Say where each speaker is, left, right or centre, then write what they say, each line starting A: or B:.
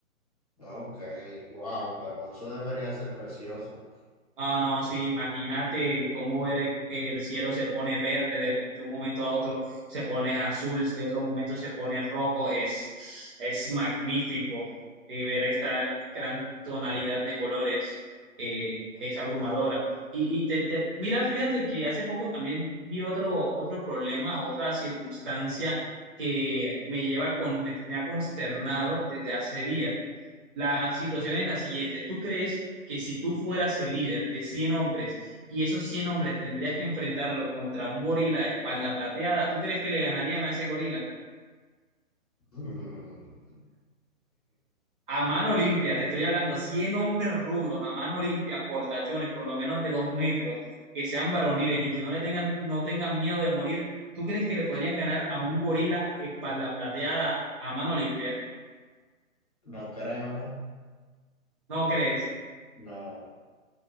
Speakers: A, on the left; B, on the right.
A: Ok, wow, pero eso debería ser precioso.
B: No, no, sí, imagínate cómo ver que el cielo se pone verde de, de un momento a otro, se pone azul, de otro momento se pone rojo, es, es magnífico. Y ver esta gran tonalidad de colores eh, es abrumadora. Y, y te, te- mira, fíjate que hace poco también vi otro, otro problema, otra circunstancia que me lleva con, me me ha consternado desde hace días. La situación es la siguiente. ¿Tú crees? que si tú fueras el líder de 100 hombres y esos 100 hombres tendrías que enfrentarlo contra un gorila de espalda plateada, ¿tú crees que le ganarían a ese gorila?
A: <laughs>
B: A mano limpia, te estoy hablando, 100 hombres rudos, a mano limpia, portachones, por lo menos de 2 metros, que sean varoniles y que no le tengan, no tengan miedo de morir, ¿tú crees que le podrían ganar a un gorila espalda plateada a mano limpia?
A: No creo, ¿no?
B: ¿No crees?
A: No,